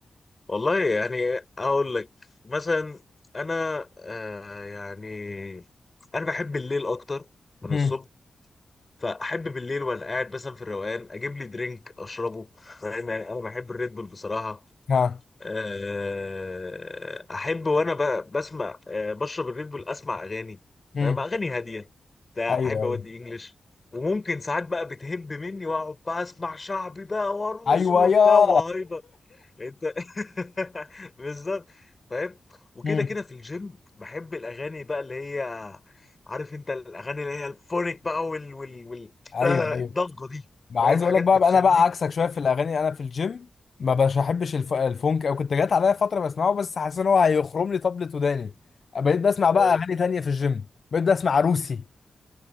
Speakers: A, on the left; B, on the left.
A: والله يعني اقول لك مثلا انا آه يعني انا بحب الليل اكتر من
B: امم
A: الصبح فاحب بالليل وانا قاعد مثلا في الروقان اجيب لي درينك اشربه فاهم يعني انا بحب الريد بول بصراحه
B: ها
A: آه، احب وانا ب- بسمع آه، بشرب الريد بول اسمع اغاني فاهم
B: امم
A: اغاني هاديه بتاع
B: ايوه
A: احب اودي
B: ايوه
A: انجلش وممكن ساعات بقى بتهب مني واقعد بقى اسمع شعبي بقى وارقص
B: ايوه
A: وبتاع
B: يا
A: وهايبر انت <laughs> بالظبط فاهم وكده
B: امم
A: كده في الجيم بحب الاغاني بقى اللي هي عارف انت الاغاني اللي هي الفونيك بقى وال وال وال
B: ايوه
A: آه،
B: ايوه
A: الضجه دي
B: ما
A: فاهم
B: عايز
A: حاجات
B: اقول لك بقى,
A: بتخليك
B: بقى انا بقى عكسك شويه في الاغاني انا في الجيم ما بش بحبش الف... الفونك او كنت جات عليا فتره بسمعه بس حاسس ان هو هيخرم لي طبلة وداني بقيت بسمع بقى
A: أيوة.
B: اغاني تانية في الجيم بقيت بسمع روسي